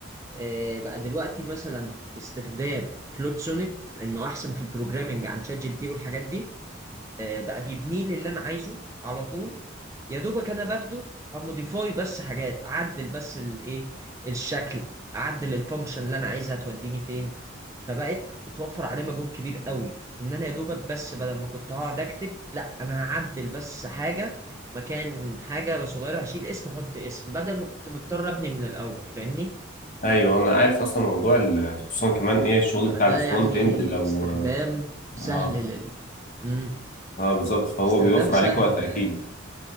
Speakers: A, on the right; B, on the left.
A: آه، بقى دلوقتي مثلا باستخدام كلود سونيت لانه احسن في البروجرامينج عن شات جي بي تي والحاجات دي آه، بقى بيبنيه لي اللي انا عايزه على طول يا دوبك انا باخده اموديفاي بس حاجات اعدل بس الايه الشكل اعدل الفانكشن اللي انا عايزها توديني فين فبقت بتوفر عليه مجهود كبير قوي ان انا يا دوبك بس بدل ما كنت هقعد اكتب لا انا هعدل بس حاجه مكان حاجه صغيره هشيل اسم احط اسم بدل ما كنت مضطر ابني من الاول فاهمني
B: ايوه انا عارف اصلا موضوع ال- خصوصا كمان ايه الشغل
A: فده
B: بتاع الفرونت
A: يعني
B: اند لو
A: استخدام سهل
B: اه
A: لل مم.
B: اه بالظبط فهو
A: استخدام
B: بيوفر
A: سهل
B: عليك وقت اكيد